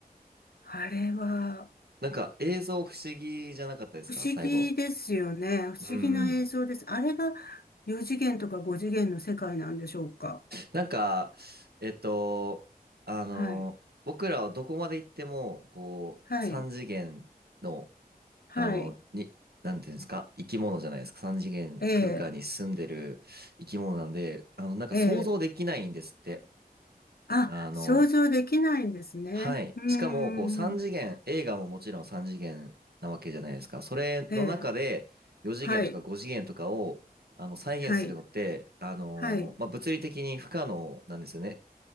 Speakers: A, on the left; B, on the right.
A: あれは
B: なんか、映像不思議じゃなかったですか最後。
A: 不思議ですよね。不思議な映像です。
B: うんうん。
A: あれが4次元とか5次元の世界なんでしょうか
B: なんか、えっと、あの、
A: はい。
B: 僕らはどこまで行っても、こう、
A: はい。
B: 三次元の、
A: はい。
B: あの、に、なんていうんですか、生き物じゃないですか。三次元空間に住んでる生き物なんで、
A: ええ。
B: あの、なんか想像できないんですって。
A: ええ。あ、
B: あの、
A: 想像できないんですね。
B: はい。
A: うーん。
B: しかも、こう、三次元、映画ももちろん三次元なわけじゃないですか。それの中で、
A: ええ。
B: 4次元とか5次元とかを、
A: はい。
B: あの、再現するのって、
A: はい。
B: あのーまあ、
A: はい。
B: 物理的に不可能なんですよね。